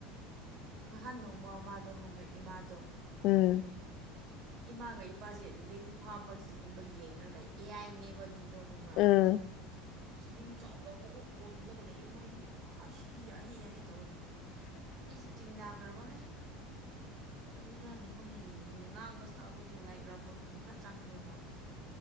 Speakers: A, on the right (about 50°); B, on the left (about 55°).
A: ꯉꯍꯥꯟ ꯅꯣꯡꯃꯃꯥꯗꯣ ꯍꯪꯕ ꯏꯃꯥꯗꯣ
B: ꯎꯝ
A: ꯏꯃꯥꯒ ꯏꯄꯥꯁꯦ ꯂꯤꯟ ꯐꯥꯕꯒꯤꯒꯨꯝꯕ ꯌꯦꯡꯉꯒ ꯂꯩ ꯑꯦꯌꯥꯥꯏꯅꯦꯕ ꯑꯗꯨꯗ ꯈꯪꯕ꯭ꯔꯥ
B: ꯎꯝ
A: ꯀꯁꯂꯤꯡ ꯆꯥꯎ ꯆꯥꯎꯕ ꯑꯩꯈꯣꯏ ꯀꯣꯜꯂꯒ ꯂꯩꯑ ꯃꯣꯏꯗꯤ ꯑ ꯁꯤꯗꯤ ꯌꯥꯏꯍꯦ ꯌꯥꯏꯍꯦ ꯇꯧꯔ ꯂꯩꯌꯦꯦ ꯑꯩꯁꯦ ꯆꯤꯡꯅꯈ꯭ꯔꯔꯣꯏ
B: <inaudible>
A: ꯀꯔꯤꯔꯅꯤ ꯃꯣꯏꯅ ꯌꯦꯡꯕꯁꯦ ꯉꯥꯡꯕꯁꯤꯗ ꯑꯩꯈꯣꯏꯁꯨ ꯂꯥꯏꯛ ꯔꯥꯕꯣꯠꯀꯨꯝꯕ ꯈꯔ ꯆꯪꯈ꯭ꯔꯦꯕ